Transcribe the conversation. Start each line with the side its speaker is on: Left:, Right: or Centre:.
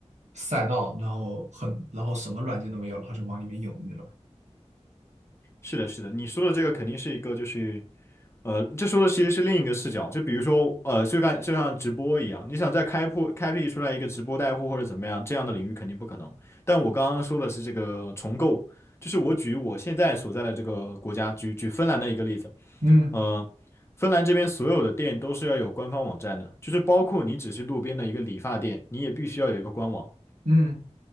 Right: 赛道，然后很，然后什么软件都没有，然后就往里面涌的那种。
Left: 是的，是的，你说的这个肯定是一个，就是呃，这说的其实是另一个视角，就比如说呃，就干就像直播一样，你想再开铺开辟出来一个直播带货或者怎么样这样的领域肯定不可能。但我刚刚说的是这个重构，就是我举我现在所在的这个国家，举举芬兰的一个例子，
Right: 嗯
Left: 呃，芬兰这边所有的店都是要有官方网站的，就是包括你只是路边的一个理发店，你也必须要有一个官网。
Right: 嗯。